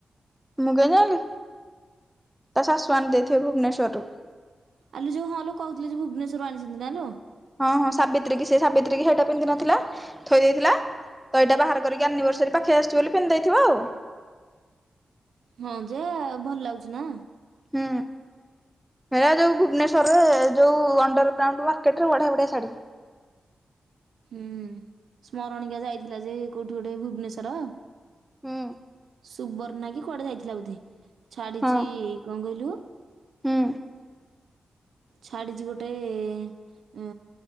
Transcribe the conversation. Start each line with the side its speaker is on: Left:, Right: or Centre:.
Centre: ମୁଁ କେନ୍ତି ଜାଣିଲି ତା ଶାଶୁ ଆଣି ଦେଇଥିବେ ଭୁବନେଶ୍ଵରରୁ।
Right: ଆଲୋ ଯୋଉ ହଁ ଲୋ କହୁଥିଲି ଯେ ଭୁବନେଶ୍ୱରରୁ ଆଣିଛନ୍ତି ନା ଲୋ?
Centre: ହଁ ହଁ ସାବିତ୍ରୀକିସେ ସାବିତ୍ରୀ ହେଇଟା ପିନ୍ଧି ନଥିଲା ଥୋଇ ଦେଇଥିଲା ତ ଏଇଟା ବାହାର କରିକି ଆନିଭର୍ସେରି ପାଖେଇ ଆସୁଛି ବୋଲି ପିନ୍ଧଦେଥିବ ଆଉ।
Right: ହଁ ଯେ ଭଲ ଲାଗୁଛି ନା?
Centre: ହୁଁ। ହେରା ଯୋଉ ଭୁବନେଶ୍ୱରରେ ଯୋଉ ଅଣ୍ଡରଗ୍ରାଉଣ୍ଡ ମାର୍କେଟରେ ବଢିଆ ବଢିଆ ଶାଢୀ।
Right: ହୁଁ ସ୍ମରଣିକା ଯାଇଥିଲା ଯେ କୋଉଠି ଗୋଟେ ଭୁବନେଶ୍ଵର
Centre: ହୁଁ
Right: ସୁବର୍ଣ୍ଣ କି କୁଆଡେ ଯାଇଥିଲା ବୋଧେ। ଛାଡିଛି
Centre: ହଁ
Right: କଣ କହିଲୁ
Centre: ହୁଁ।
Right: ଛାଡିଚି ଗୋଟେ ଏଁ